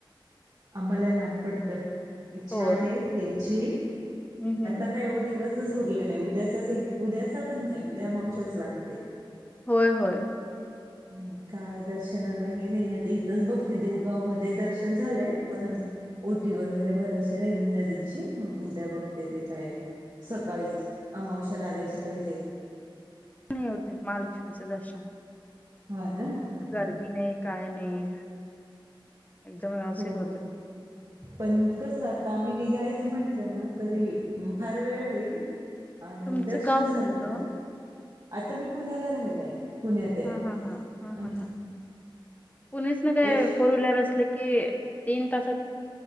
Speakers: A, on the right; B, on the left.
A: अमलाला अमपडत इच्छा
B: होय
A: आहे या्यायची
B: हम्म हम्म
A: आता काय हो दिवस च उरले नाही उद्याचा उद्याचा पण नाही उद्या मावशच लागते
B: होय होय
A: मग काय दर्शनाला हे नाही आता इथंच बघते देवगाव मध्ये दर्शन झालंय पण ओटी वगैरे भरायची राहिली नदीची मग उद्या बघ ते ते काय सकाळी अमावश्या लागायच्या पहिले
B: होते महालक्ष्मीचं दर्शन
A: ह ना ह
B: गर्दी ने काय ने ह एकदम व्यवस्थित
A: हो
B: होत
A: पण कसं आता मी निघायचं म्हंटलं ना तरी फार वेळ होईल आणि
B: तुमचं
A: दर्शन
B: गाव
A: झालं
B: कोणतं
A: पाहिजे आता मी पुण्याला राहिलय पुण्यात ए
B: हा हा हा हा
A: अ
B: हा हा पुणेच ना काय
A: एश
B: फोर व्हीलर असलं की तीन तास